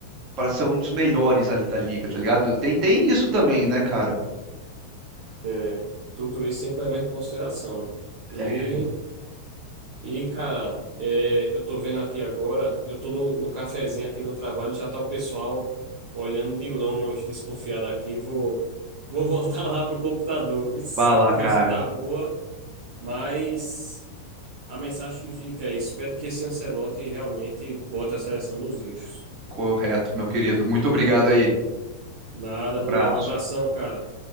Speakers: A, on the right; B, on the right.
A: para ser um dos melhores ali da liga, tá ligado? Tem, tem isso também, né, cara?
B: É, tudo isso tem que levar em consideração. E,
A: É,
B: e cara, é, eu tô vendo aqui agora, eu tô no, no cafezinho aqui no trabalho, já tá o pessoal olhando de longe, desconfiado aqui. Vou, vou voltar <laughs> lá pro computador. Isso,
A: vá
B: a
A: lá,
B: conversa
A: cara.
B: tá boa, mas a mensagem que fica aí, espero que esse Ancelotti realmente bote a seleção nos eixos.
A: Correto, meu querido. Muito obrigado aí.
B: Nada,
A: Abraço.
B: nenhum abração, cara.